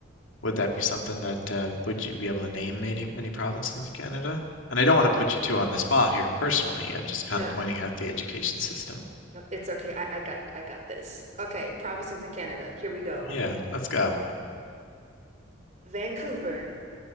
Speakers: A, on the left (about 80°); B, on the right (about 40°).
A: would that be something that uh, would you be able to name many many provinces in Canada? And I don't want
B: Okay.
A: to put you two on the spot here personally. I'm just kind
B: No,
A: of pointing out the education system.
B: no, it's okay. I, I got I got this. Okay, provinces in Canada. Here we go.
A: Yeah, let's go.
B: Vancouver.